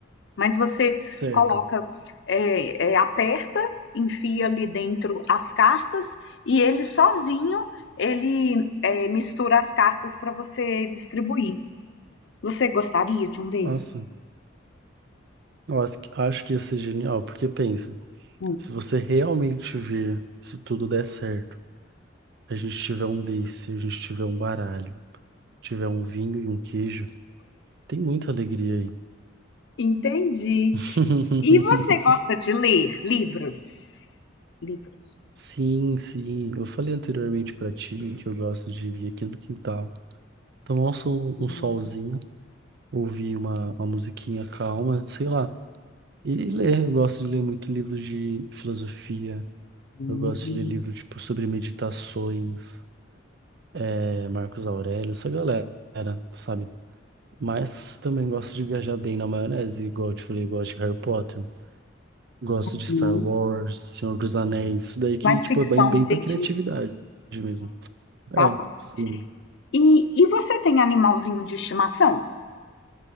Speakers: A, on the left (about 65°); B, on the right (about 60°).
A: mas você
B: Certo.
A: coloca, é, é, aperta, enfia ali dentro as cartas e ele sozinho, ele é, mistura as cartas para você distribuir. Você gostaria de um desses?
B: Nossa, eu acho que, acho que ia ser genial, porque pensa,
A: Hum,
B: se você realmente vir, se tudo der certo. a gente tiver um desse, a gente tiver um baralho, tiver um vinho e um queijo, tem muita alegria aí.
A: entendi.
B: <laughs>
A: E você gosta de ler livros? Livros.
B: Sim, sim. Eu falei anteriormente pra ti que eu gosto de vir aqui no quintal, tomar um sol-
A: Hum,
B: um solzinho, ouvir uma, uma musiquinha calma, sei lá. E ler. Eu gosto de ler muito livro de filosofia.
A: hum,
B: Eu gosto de ler livro tipo sobre meditações, é, Marcos Aurélio, essa galera, sabe? Mas também gosto de viajar bem na maionese, igual eu te falei, gosto de Harry Potter, gosto de
A: hum.
B: Star Wars, Senhor dos Anéis, isso daí que,
A: Mais
B: tipo,
A: ficção
B: é bem, bem
A: científica.
B: pra criatividade mesmo.
A: Tá
B: É,
A: bom.
B: sim.
A: E, e você tem animalzinho de estimação?